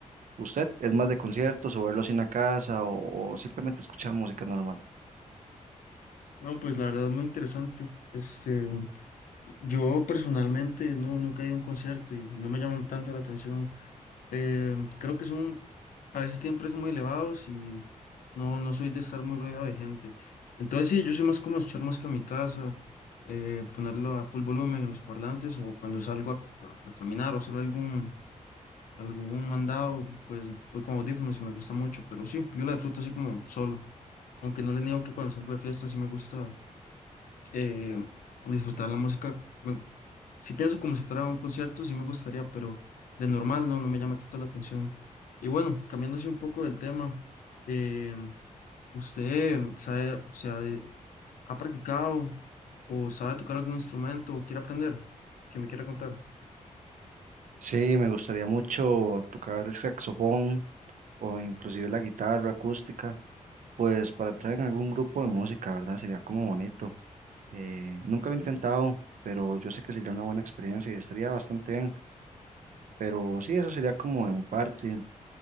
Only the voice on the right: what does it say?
¿Usted es más de conciertos o verlos en la casa o, o simplemente escuchar música normal?
Sí, me gustaría mucho tocar el saxofón o inclusive la guitarra acústica, pues para traer en algún grupo de música, ¿verdad? Sería como bonito. Eh, nunca lo he intentado, pero yo sé que sería una buena experiencia y estaría bastante bien. Pero sí, eso sería como de mi parte.